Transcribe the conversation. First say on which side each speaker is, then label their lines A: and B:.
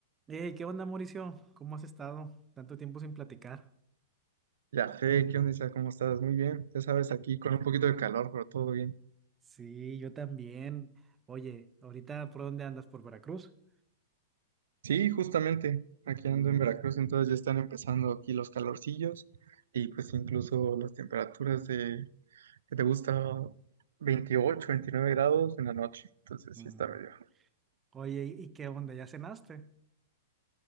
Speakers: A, on the right (about 15°); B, on the right (about 80°).
A: Hey, ¿qué onda, Mauricio? ¿Cómo has estado? Tanto tiempo sin platicar.
B: Ya fe, ¿qué onda, Isa? ¿Cómo estás? Muy bien, ya sabes, aquí con un poquito de calor, pero todo bien.
A: Sí, yo también. Oye, ahorita, ¿por dónde andas? ¿Por Veracruz?
B: Sí, justamente, aquí
A: Mm,
B: ando en Veracruz, entonces ya están empezando aquí los calorcillos y pues incluso las temperaturas de, que te gusta, 28, 29 grados en la noche, entonces
A: mm.
B: sí está medio.
A: Oye, ¿y y qué onda? ¿Ya cenaste?